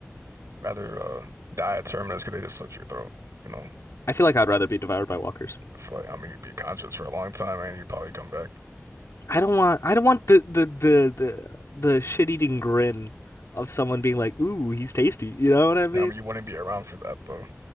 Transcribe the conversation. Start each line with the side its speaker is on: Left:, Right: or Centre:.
Right: rather uh die a terminus because they just slit your throat. You know.
Left: I feel like I'd rather be devoured by walkers.
Right: I feel like, I mean, you'd be conscious for a long time, and you'd probably come back.
Left: I don't want I don't want the the the the, the shit-eating grin of someone being like, "Ooh, he's tasty." You know what I mean?
Right: I mean, you wouldn't be around for that though.